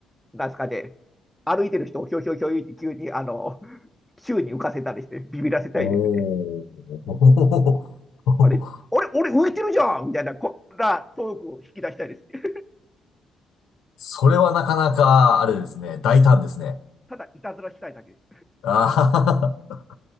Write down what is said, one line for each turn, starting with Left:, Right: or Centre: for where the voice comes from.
Centre: なんですかね、歩いてる人をひょいひょいひょいって急に、あの、宙に浮かせたりしてビビらせたいですね。
Left: おー。<laughs>
Centre: あれあれ俺浮いてるじゃんみたいなこんなトークを引き出したいですね。
Left: それはなかなか、あれですね、大胆ですね。
Centre: ただいたずらしたいだけです。
Left: あ